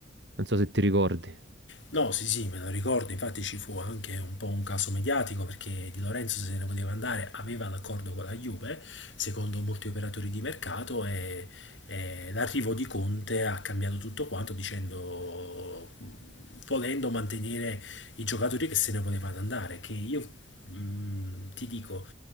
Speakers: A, on the right; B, on the left.
A: Non so se ti ricordi.
B: No, sì, sì, me lo ricordo, infatti ci fu anche un po' un caso mediatico perché Di Lorenzo se ne voleva andare, aveva l'accordo con la Juve, secondo molti operatori di mercato, e, e l'arrivo di Conte ha cambiato tutto quanto dicendo volendo mantenere i giocatori che se ne volevano andare, che io mh, ti dico,